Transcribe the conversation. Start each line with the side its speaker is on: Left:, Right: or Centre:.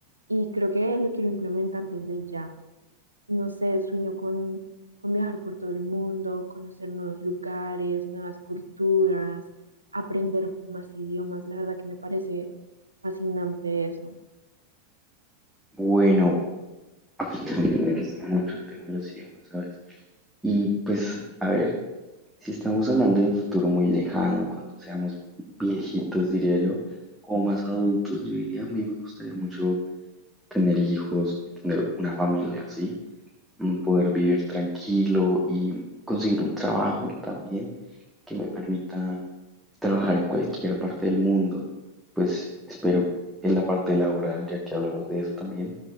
Right: y creo que lo quiero implementar desde ya. No sé, sueño con, con viajar por todo el mundo, conocer nuevos lugares, nuevas culturas, aprender más idiomas. La verdad que me parece fascinante eso.
Centre: Bueno, a mí también me gusta mucho el tema de los idiomas, ¿sabes? Y pues, a ver, si estamos hablando de un futuro muy lejano, cuando seamos viejitos, diría yo, o más adultos, yo diría, a mí me gustaría mucho tener hijos, tener una familia, ¿sí? Mm, Poder vivir tranquilo y conseguir un trabajo también que me permita trabajar en cualquier parte del mundo. Pues espero en la parte laboral, ya que hablamos de eso también,